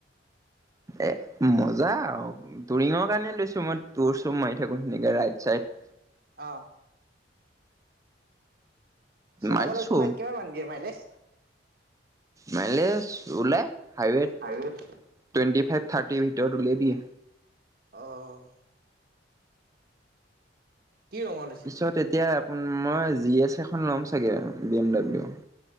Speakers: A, on the right; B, on the right.
A: এ মজা আৰু টুৰিঙৰ কাৰণে লৈছো মই তোৰ চো মাৰি থাকো তেনেকে ৰাইট চাইড
B: অ চলাবাৰু
A: মাৰিছো
B: কিমান-কিমান মান দিয়ে মাইলেজ।
A: মাইলেজ ওলাই। হাইৱে টুৱেণ্টি
B: হাইৱেত
A: ফাইভ। থাৰ্টি ভটৰট উলিয়াই দিয়ে।
B: অহ কি ৰঙৰ লৈছে
A: পিছত এতিয়া মই জি এছ এখন ল'ম চাগে বি এম ডাব্লিউ।